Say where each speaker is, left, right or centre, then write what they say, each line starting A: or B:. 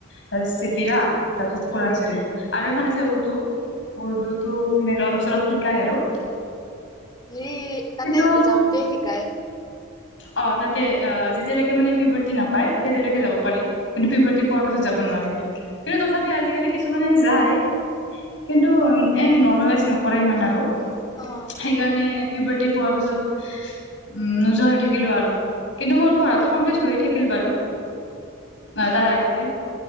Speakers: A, on the left (about 70°); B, on the left (about 20°).
A: তাৰপিছত চিকিৰা তাৰপিছত
B: উম,
A: কুৰণ শ্বৰীফ আৰু এখন আছে উৰ্দু উৰ্দুতো সেনেকে অলপ চলপ শিকাই আৰু
B: হেৰি
A: কিন্তু
B: তাতে যাওঁতে শিকাই
A: অ তাতে অ যেতিয়ালৈকে মানে পিবৰ্তি নাপায় তেতিয়ালৈকে
B: উম,
A: যাব পাৰি কিন্তু পিপটি পোৱাৰ পাছত যাব নোৱাৰি আৰু কিন্তু তথাপি আজিকালি কিছুমানে যায় কিন্তু এ নৰ্মেলাইজ নকৰে ইমান আৰু সেইকাৰণে
B: অ'।
A: পিউবটি পোৱাৰ পাছত উ নোযোৱা হৈ থাকে লোৱাটো আৰু কিন্তু মোৰ পঢ়াটো কমপ্লিট হৈ থাকিল বাৰু অ তাৰ আগতে